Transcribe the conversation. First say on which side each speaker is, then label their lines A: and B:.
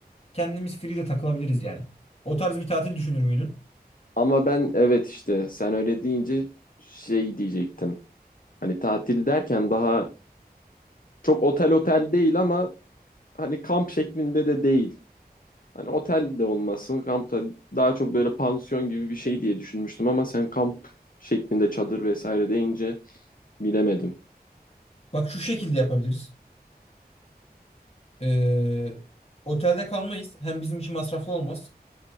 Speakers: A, on the left (about 40°); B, on the left (about 55°).
A: kendimiz free de takılabiliriz yani. O tarz bir tatil düşünür müydün?
B: Ama ben evet işte sen öyle deyince şey diyecektim. Hani tatil derken daha çok otel otel değil ama hani kamp şeklinde de değil. Hani otel de olmasın, kamp da daha çok böyle pansiyon gibi bir şey diye düşünmüştüm ama sen kamp şeklinde çadır vesaire deyince bilemedim.
A: Bak şu şekilde yapabiliriz. Ee, otelde kalmayız. Hem bizim için masraflı olmaz.